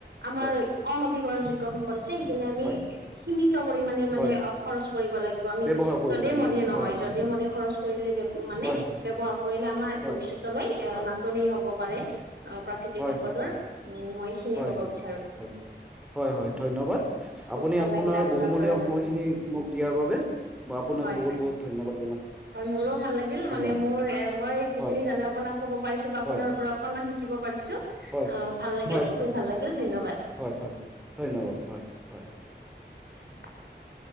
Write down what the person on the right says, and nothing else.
আমাৰ
অনবীকৰণ যোগ্য সম্পদ আছে। কিনে আমি
সীমিত পৰিমণে মানে
অ, খৰচ কৰিব লাগিব আমি
যধে
মধে নহয়
য
খৰচ কৰিলে মানে
ব্যৱহাৰ
কৰিলে আমাৰ ভৱিষয়তলৈ
নাটনি হব প্ৰাকৃতিক
সম্পদৰ
উম, এইখিনিয়ে
ক'ব
বিচাৰো
বহুত
ভাল
লাগিলে
পৰা জানি
হয়
হয়
হয় মোৰো ভাল লাগিল
মানে মোৰ এ মই যিখিনি
জানো আপোনাক ক'ব পাৰিছো বা
আপোনাৰ পৰা অকনমান শিকিব পাৰিছো
আহ ভাল লাগিল
খুবেই
ভাল লাগিল ধন্যবাদ।
<inaudible>